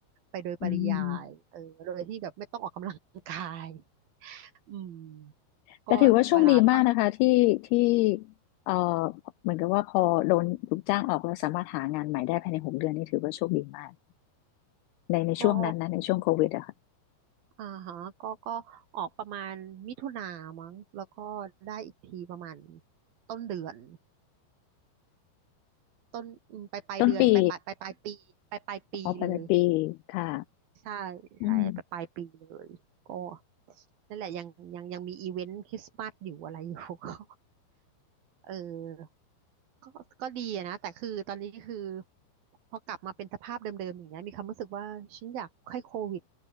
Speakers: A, on the right; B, on the left.
A: ไปโดยปริยายเออโดยที่แบบไม่ต้องออกกำลังกาย
B: อืม
A: อืมก็เวลาตอน
B: แต่ถือว่าโชคดีมากนะคะที่ที่เอ่อเหมือนกับว่าพอโดนถูกจ้างออกแล้วสามารถหางานใหม่ได้ภายในหกเดือนนี่ถือว่าโชคดีมากในในช่วงนั้นนะในช่วงโควิดอะค่ะ
A: ก็ อ่าฮะก็ก็ออกประมาณมิถุนามั้งแล้วก็ได้อีกทีประมาณต้นเดือนต้นอืมปลายปลายเดือนปลายปลายปลายปลายปีปลายปลายปีเลย
B: ต้นปีออกไปลายปีค่ะ
A: ใช่ใช่ปลายปลายปีเลยก็
B: อืม
A: นั่นแหละยังยังยังมีอีเวนต์คริสต์มาสอยู่อะไรอยู่ <laughs> ก็เออก็ก็ดีอะนะแต่คือตอนนี้คือพอกลับมาเป็นสภาพเดิมๆอย่างเงี้ยมีความรู้สึกว่าฉันอยากให้โควิด